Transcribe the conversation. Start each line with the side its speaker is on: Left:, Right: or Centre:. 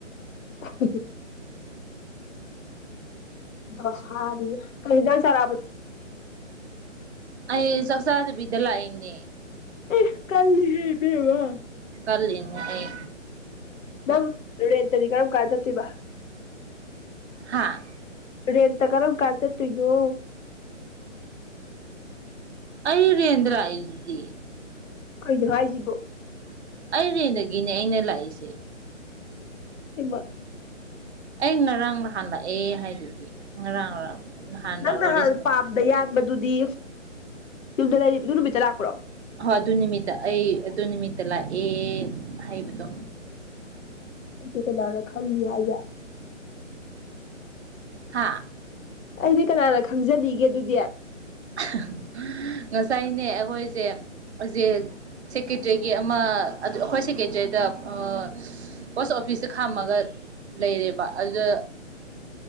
Left: <unintelligible> ꯗꯣꯁꯥꯅꯤꯍꯦ ꯀꯩ ꯍꯦꯟꯁꯥꯡ ꯆꯥꯔꯛꯑꯕ
Right: ꯑꯩ ꯆꯥꯛꯆꯥꯥꯗꯕꯤꯗ ꯂꯥꯛꯏꯅꯦ
Left: ꯑꯦ ꯀꯜꯂꯤꯍꯦ ꯢꯕꯦꯝꯃꯥ
Right: ꯀꯜꯂꯤꯅꯦ ꯑꯩ
Left: ꯅꯪ ꯔꯦꯟꯠꯇꯗꯤ ꯀꯔꯝꯀꯥꯟ ꯆꯠꯇꯨꯢꯕ
Right: ꯍꯥꯥ
Left: ꯔꯦꯟꯠ ꯇ ꯀꯔꯝ ꯀꯥꯟ ꯆꯠꯇꯨꯢꯅꯣ
Right: ꯑꯩ ꯔꯦꯟꯠꯗ ꯂꯥꯛꯢꯗꯨꯗꯤ
Left: ꯀꯩꯅꯣ ꯍꯥꯏꯖꯤꯕꯨ
Right: ꯑꯩ ꯔꯦꯟꯠꯗꯒꯤꯅꯦ ꯑꯩꯅ ꯂꯥꯛꯏꯁꯦ
Left: ꯍꯩꯃꯥ
Right: ꯑꯩ ꯉꯔꯥꯡ ꯅꯍꯥꯟ ꯂꯥꯛꯑꯦ ꯍꯥꯏꯗꯨꯗꯤ ꯉꯔꯥꯡꯔ ꯅꯍꯥꯟꯔ
Left: ꯅꯪ ꯅꯍꯥꯟ
Right: ꯋꯥꯔꯤ ꯁꯥꯟꯅ
Left: ꯄꯥꯝꯗ ꯌꯥꯟꯕꯗꯨꯗꯤ ꯌꯨꯝꯗ ꯂꯩꯔꯤ ꯑꯗꯨ ꯅꯨꯃꯤꯠꯇ ꯂꯥꯛꯄ꯭ꯔꯣ
Right: ꯍꯣꯏ ꯑꯗꯨ ꯅꯨꯃꯤꯠꯇ ꯑꯩ ꯑꯗꯨ ꯅꯨꯃꯤꯠꯇ ꯂꯥꯛꯑꯦ ꯍꯥꯏꯕꯗꯣ
Left: ꯑꯩꯗꯤ ꯀꯅꯥꯅ ꯈꯪꯅꯤ ꯍꯥꯏꯒꯦ
Right: ꯍꯥꯥ
Left: ꯑꯩꯗꯤ ꯀꯅꯥꯅ ꯈꯪꯖꯅꯤꯒꯦ ꯑꯗꯨꯗꯤ
Right: ꯑꯍꯍ ꯉꯁꯥꯏꯅꯦ ꯑꯩꯈꯣꯏꯁꯦ ꯍꯧꯖꯤꯛ ꯁꯦꯀꯦꯇ꯭ꯔꯤꯒꯤ ꯑꯃ ꯑꯗ ꯑꯩꯈꯣꯏ ꯁꯦꯀ꯭ꯔꯦꯇ꯭ꯔꯦꯠꯗ ꯑꯥ ꯄꯣꯁꯠ ꯑꯣꯐꯤꯁꯇ ꯈꯥꯝꯃꯒ ꯂꯩꯔꯦꯕ ꯑꯗꯨ